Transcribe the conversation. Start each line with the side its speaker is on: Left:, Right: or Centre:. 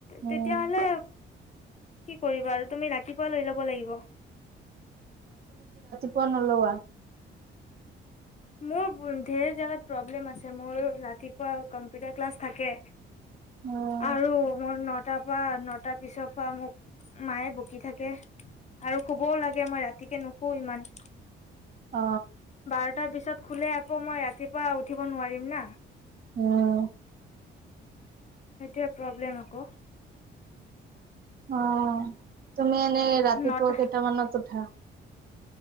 Right: উম
Left: তেতিয়াহলে কি কৰিবা আৰু তুমি ৰাতিপুৱা লৈ লব লাগিব
Right: পুৱা নলোৱা
Left: মোৰ ধেৰ জেগাত প্ৰব্লেম আছে মোৰ ৰাতিপুৱা কম্পিউটাৰ ক্লাছ থাকে
Right: উম
Left: আৰু মোৰ নত টাৰ পৰা নটাৰ পিছৰ পৰা মোক মায়ে বকি থাকে আৰু শুবও লাগে মই ৰাতিকে নুশু ইমান
Right: অ
Left: বাৰটাৰ পিছত শুলে আকৌ মই ৰাতিপুৱা উঠিব নোৱাৰিম না
Right: উম
Left: এতিয়া প্ৰব্লেম আকৌ
Right: অ তুমি এনেই ৰাতিপুৱা
Left: নটা
Right: কেইটামানত উঠা